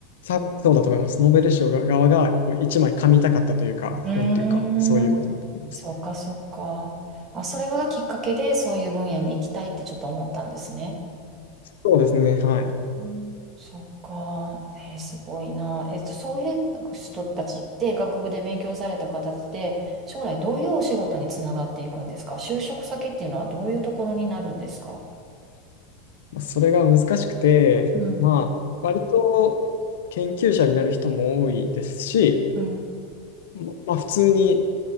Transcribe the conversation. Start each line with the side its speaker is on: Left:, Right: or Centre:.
Left: 多分そうだと思います。ノーベル賞が側がこう一枚噛みたかったというか、
Right: うーん。
Left: なんていうか、そういうことだと思いますね。
Right: そっか、そっか。あ、それがきっかけで、そういう分野に行きたいってちょっと思ったんですね。
Left: そうですね、はい。
Right: うん、そっか。えー、すごいな。えっと、そういう人たちって、学部で勉強された方って、将来どういうお仕事につながっていくんですか就職先っていうのはどういうところになるんですか
Left: まあ、それが難しくて、
Right: うん、
Left: まあ、割と研究者になる人も多いですし、
Right: うん、
Left: ま、まあ普通に、